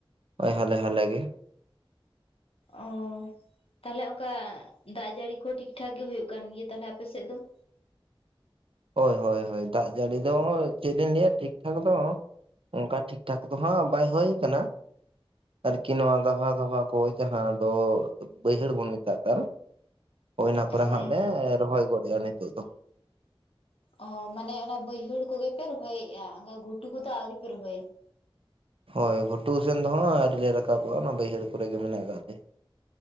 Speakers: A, on the right; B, on the left.
A: ᱳᱭ ᱦᱟᱞᱮ ᱦᱟᱞᱮᱜᱮ-
B: ᱚ ᱛᱟᱦᱚᱞᱮ ᱚᱱᱠᱟ ᱫᱟᱜ ᱡᱟᱹᱲᱤ ᱠᱚᱦᱚᱸ ᱴᱷᱤᱠ ᱴᱷᱟᱠ ᱜᱮ ᱦᱩᱭᱩᱜ ᱠᱟᱱ ᱜᱮᱭᱟ ᱛᱟᱦᱚᱞᱮ ᱟᱯᱮᱥᱮᱫ ᱫᱚ-
A: ᱦᱳᱭ ᱦᱳᱭ ᱦᱳᱭ ᱫᱟᱜ ᱡᱟᱹᱲᱤ ᱫᱚ ᱪᱮᱫ ᱞᱤᱧ ᱞᱟᱹᱭᱟ ᱴᱷᱤᱠ ᱴᱷᱟᱠ ᱫᱚ ᱚᱱᱠᱟ ᱴᱷᱤᱠ ᱴᱷᱟᱠ ᱫᱚ ᱦᱟᱸᱜ ᱵᱟᱭ ᱦᱳᱭ ᱠᱟᱱᱟ᱾ ᱟᱨᱠᱤ ᱱᱚᱣᱟ ᱜᱟᱵᱷᱟ ᱜᱟᱵᱷᱟ ᱠᱚ ᱡᱟᱦᱟᱸ ᱫᱚ ᱵᱟᱹᱭᱦᱟᱹᱲ ᱵᱚᱱ ᱢᱮᱛᱟᱜ ᱠᱟᱱ ᱦᱳᱭ ᱚᱱᱟ ᱠᱚᱨᱮ
B: ᱦᱮᱸ
A: ᱦᱟᱸᱜ ᱞᱮ
B: ᱦᱮᱸ
A: ᱨᱚᱦᱚᱭ ᱜᱚᱫᱮᱜᱼᱟ ᱱᱤᱛᱳᱜ ᱫᱚ᱾
B: ᱚ ᱢᱟᱱᱮ ᱚᱱᱟ ᱵᱟᱹᱭᱦᱟᱹᱲ ᱠᱚᱜᱮ ᱯᱮ ᱨᱚᱦᱚᱭᱮᱜᱼᱟ ᱜᱷᱩᱴᱩ ᱠᱚᱫᱚ ᱟᱣᱨᱤ ᱯᱮ ᱨᱚᱦᱚᱭᱟ ᱾
A: ᱦᱳᱭ ᱜᱷᱩᱴᱩ ᱥᱮᱱ ᱫᱚ ᱦᱟᱸᱜ ᱟᱹᱣᱨᱤ ᱞᱮ ᱨᱟᱠᱟᱵᱚᱜᱼᱟ ᱚᱱᱟ ᱵᱟᱹᱭᱦᱟᱹᱲ ᱠᱚᱨᱮ ᱜᱮ ᱢᱮᱱᱟᱜ ᱠᱟᱜ ᱞᱮᱭᱟ᱾